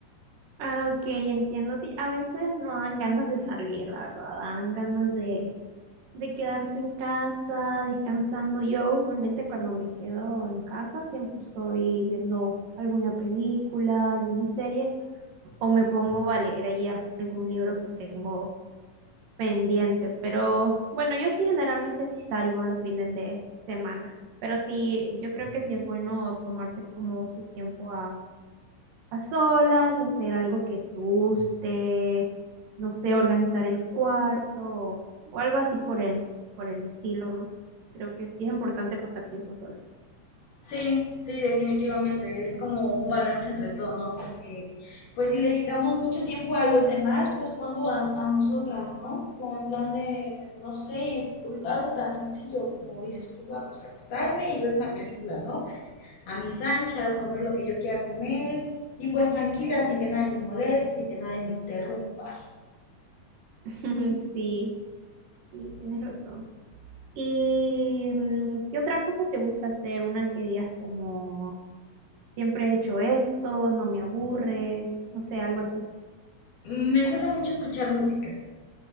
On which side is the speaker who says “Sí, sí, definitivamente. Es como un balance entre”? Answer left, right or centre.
Left